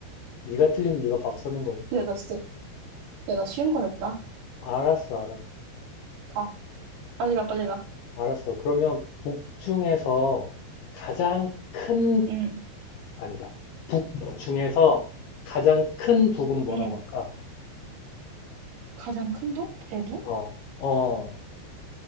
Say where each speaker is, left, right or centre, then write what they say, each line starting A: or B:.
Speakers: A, on the left; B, on the right.
A: 네가 틀리면 네가 밥 사는 거야.
B: 야, 나 진짜, 야, 나 쉬운 거 냈다.
A: 알았어, 알았어.
B: 가. 빨리 가, 빨리 가.
A: 알았어. 그러면 북 중에서 가장 큰
B: 응,
A: 아니다. 북 중에서 가장 큰 북은 뭐라고
B: 응.
A: 할까?
B: 가장 큰 북? 대북?
A: 어. 어.